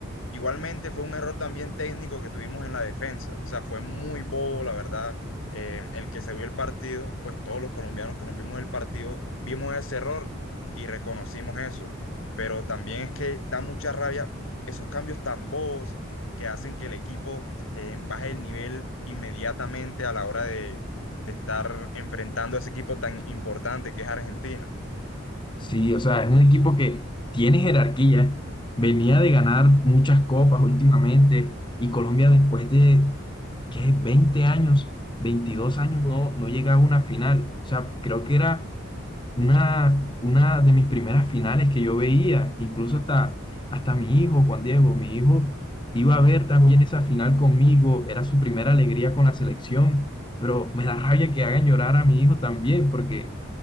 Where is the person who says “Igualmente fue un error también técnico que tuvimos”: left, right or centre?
Left